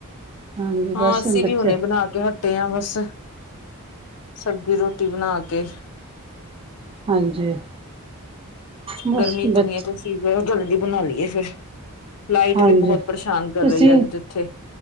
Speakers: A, on the right (about 25°); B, on the left (about 80°).
A: ਹਾਂਜੀ
B: ਹਾਂ
A: ਬਸ
B: ਅਸੀਂ
A: ਬੱਚੇ
B: ਵੀ ਹੁਣੇ ਬਣਾ ਕੇ ਹਟੇ ਆ ਬਸ ਸਬਜ਼ੀ ਰੋਟੀ ਬਣਾ ਕੇ
A: ਹਾਂਜੀ। ਬਸ
B: ਗਰਮੀ ਇਤਨੀ
A: ਬੱਚੇ
B: ਹੈ ਤਾਂ ਚੀਜ਼ ਮੈਂ ਕੇਹਾ, ਜਲਦੀ ਬਣਾ ਲਈਏ ਫਿਰ ਲਾਈਟ
A: ਹਾਂਜੀ
B: ਵੀ ਬਹੁਤ ਪਰੇਸ਼ਾਨ ਕਰ
A: ਤੁਸੀਂ
B: ਰਹੀ ਹੈ ਅੱਜ ਤੇ ਈਥੇ